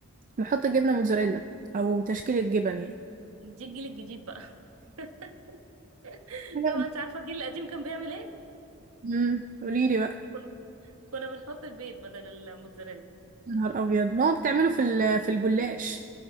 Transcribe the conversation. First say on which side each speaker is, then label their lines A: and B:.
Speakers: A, on the right; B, on the right.
A: نحط جبنة موتزاريلا أو تشكيلة جبن يعني
B: دي الجيل الجديد بقى <laughs>
A: حاجة
B: طبعا انت عارفه الجيل القديم كان بيعمل ايه
A: امم قوليلي بقى
B: ما كنا كنا بنحط البيض بدل الموتزاريلا
A: يا نهار أبيض ما هو بتعمله في ال- في الجلاش